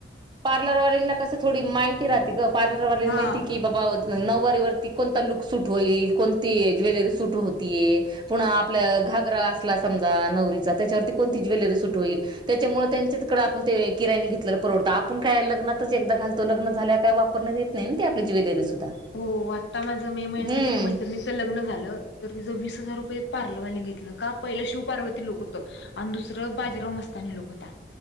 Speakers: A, on the right; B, on the left.
A: पार्लरवालीनला कसं थोडी माहिती राहते ग पार्लरवालीला
B: हा.
A: माहिती की बबा नऊवारीवरती कोण तालुक सुट होईल कोणती हे ज्वेलरी सुट होतीय पुनः आपल्या घागरा असला समजा नवरी तेच्यावरती कोणती ज्वेलरी सुट होईल त्याच्यामुळे त्यांच्या तिकड आपण ते किरायाणी घेतलेलं परवडंतगझ आपण काय लग्नातच एकदा घालतो लग्न झाल्यावर काय वापरण्यात येत नइ ते आपली ज्वेलरी सुद्धा
B: हो आता माझं मे महिन्यात
A: हम्म
B: माझ्या एका मैत्रिणीचं लग्न झालं तर तिचं वीस हजार रुपये पार र वालि घेतलं का पहिलं शिवपार्वती लुक होत आणि दुसरं बाजीराव मस्तानी लुक हुता